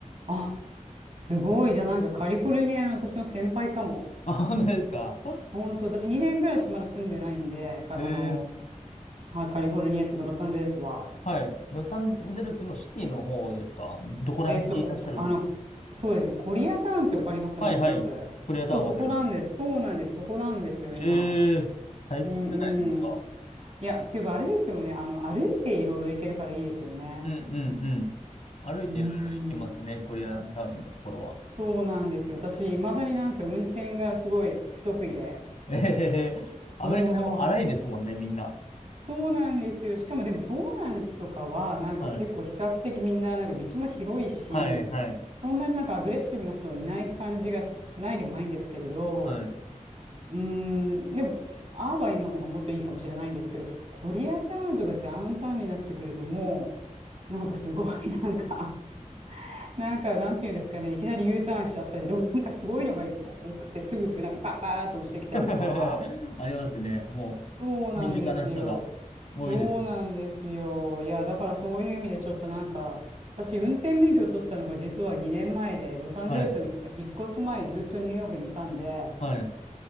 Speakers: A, on the right; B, on the left.
A: あ、すごい。じゃあなんかカリフォルニアの私の先輩かも。
B: あ、本当ですか。
A: 本当、私2年ぐらいしかまだ住んでないんで、か、
B: え
A: あの、はい、カリフォルニアっていうかロサンゼルスは。
B: はい。ロサンゼルスのシティの方ですかどこら辺にいらっしゃるん
A: えっと、こ、あの、そうですね。コリアタウンってわかりますなんとなく。
B: はいはい。コリアタウンわかります。
A: そう、そこなんです。そうなんです。そこなんですよ、今。
B: ええ最高じゃないですか。
A: うんうん。いや、っていうか、あれですよね。あの、歩いていろいろ行けるからいいですよね。
B: うんうんうん。歩いていろいろ行けますね、
A: うん。
B: コリアンタウンのところは。
A: そうなんですよ。私、いまだになんか運転がすごい不得意で。
B: えへへへ。アメリカでも荒いですもんね、
A: もう、
B: みんな。
A: そうなんですよ。しかもでも、トーランスとかは、なんか結構比較的みんな、
B: はい。
A: なんか道も広いし、
B: はいはい。
A: そんなになんかアグレッシブな人はいない感じがしないでもないんですけれど、
B: はい。
A: うーん、でも、アーバインの方がもっといいかもしれないんですけど、コリアタウンとかダウンタウンになってくると、もう、なんかすごい、なんか、<laughs> なんか、なんていうんですかね、いきなり U ターンしちゃったりとか、なんかすごいのが多くて、すぐ、なんかパッパーっと押してきたりとか。
B: <laughs> ありますね。も
A: そうなんですよ。
B: う、身近な人が
A: そうなんですよ。
B: 多いですもん。
A: いや、だからそういう意味でちょっとなんか、私、運転免許取ったのが実は2年前で、ロサンゼルスに引っ越す前、
B: はい。
A: ずっとニューヨークにいたんで、
B: はい。